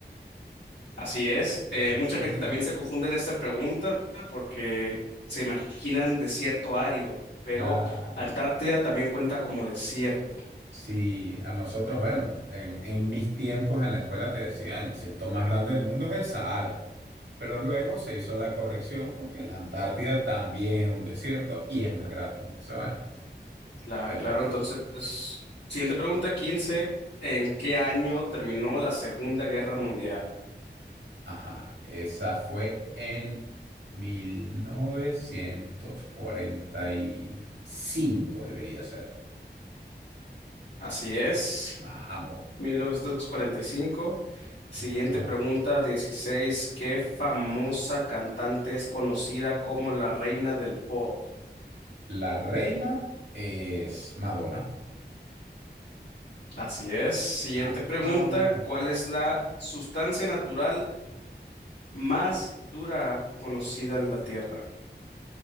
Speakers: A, on the left (about 80°); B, on the right (about 85°).
A: Así es. eh,
B: <laughs>
A: mucha gente también se confunde en esta pregunta porque se imaginan desierto árido, pero
B: Claro.
A: Antártida también cuenta como desierto.
B: Si a nosotros, bueno, en, en mis tiempos en la escuela te decía, el desierto más grande del mundo es el Sahara, pero luego se hizo la corrección porque la Antártida también es un desierto y es más grande. Entonces, bueno,
A: Claro,
B: ahí
A: claro.
B: lo tengo.
A: Entonces, siguiente pregunta, quince.
B: Sí.
A: ¿En qué año terminó la Segunda Guerra Mundial?
B: Ajá, esa fue en mil novecientos cuarenta y cinco debería ser.
A: Así es.
B: Vamos,
A: mil novecientos cuarenta y cinco Siguiente
B: vamos.
A: pregunta, dieciséis ¿Qué famosa cantante es conocida como la reina del pop?
B: La reina es Madonna.
A: Así es. Siguiente
B: Vamos,
A: pregunta,
B: vamos.
A: ¿cuál es la sustancia natural más dura conocida en la Tierra?